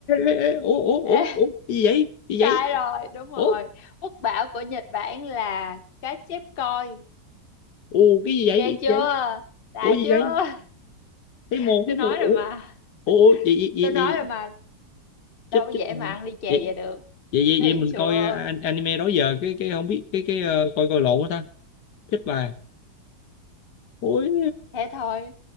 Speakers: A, on the left; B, on the left.
A: ê, ê, ê, ủa ủa
B: Ờ.
A: ủa ủa cái gì vậy cái gì vậy
B: sai rồi đúng rồi
A: ủa
B: quốc bảo của Nhật Bản là cá chép coi
A: ủa cái gì vậy
B: ghê
A: cái gì
B: chưa
A: vậy
B: lạ
A: ủa gì
B: chưa
A: vậy thấy
B: <laughs>
A: mồ thấy
B: tôi
A: mồ
B: nói
A: ủa
B: rồi mà
A: ủa gì gì gì,
B: tôi nói
A: gì?
B: rồi mà
A: chết
B: đâu có dễ
A: chết mồ
B: mà ăn ly chè
A: vậy
B: vậy được
A: vậy vậy
B: thấy
A: vậy mình
B: chưa
A: coi uh, an- anime đó giờ cái cái không biết cái cái ờ, coi coi lộn quá ta chết bà ôi
B: thế thôi